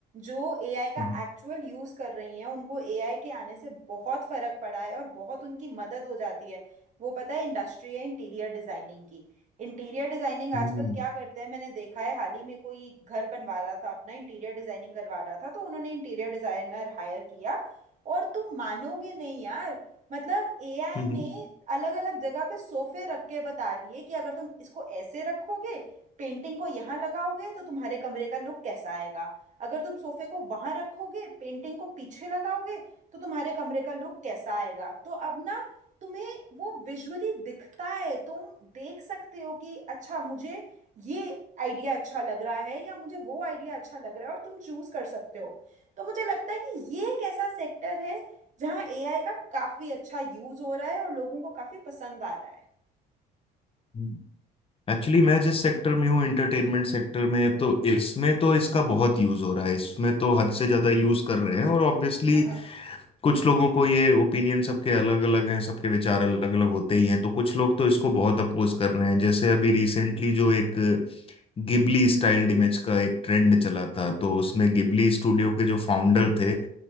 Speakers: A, on the right; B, on the left.
A: जो एआई का
B: हम्म
A: एक्चुअल यूज कर रही हैं उनको एआई के आने से बहुत फर्क पड़ा है और बहुत उनकी मदद हो जाती है वो पता है इंडस्ट्री है इंटीरियर डिजाइनिंग की इंटीरियर डिजाइनिंग आजकल
B: हम्म
A: क्या करते हैं मैंने देखा है हाल ही में कोई घर बनवा रहा था अपना इंटीरियर डिजाइनिंग करवा रहा था तो उन्होंने इंटीरियर डिजाइनर हायर किया और तुम मानोगे नहीं यार मतलब एआई
B: हम्म,
A: ने
B: हम्म
A: अलग अलग जगह पे सोफे रख के बता दिए कि अगर तुम इसको ऐसे रखोगे पेंटिंग को यहाँ लगाओगे तो तुम्हारे कमरे का लुक कैसा आएगा अगर तुम सोफे को वहां रखोगे पेंटिंग को पीछे लगाओगे तो तुम्हारे कमरे का लुक कैसा आएगा तो अब ना तुम्हें वो विजुअली दिखता है तुम देख सकते हो कि अच्छा मुझे ये आइडिया अच्छा लग रहा है या मुझे वो आइडिया अच्छा लग रहा है और तुम चूज कर सकते हो तो मुझे लगता है कि ये एक ऐसा सेक्टर है जहाँ एआई का काफी अच्छा यूज हो रहा है और लोगों को काफी पसंद आ रहा है
B: हम्म। एक्चुअली मैं जिस सेक्टर में हूँ एंटरटेनमेंट सेक्टर में तो इसमें तो इसका बहुत यूज हो रहा है इसमें तो हद से ज्यादा यूज कर रहे हैं और ऑब्वियसली
A: हाँ
B: कुछ लोगों को ये ओपिनियन सबके अलग अलग हैं सबके विचार अलग अलग होते ही हैं तो कुछ लोग तो इसको बहुत अपोज कर रहे हैं जैसे अभी रिसेंटली जो एक गिबली स्टाइल्ड इमेज का एक ट्रेंड चला था तो उसमें गिबली स्टूडियो के जो फाउंडर थे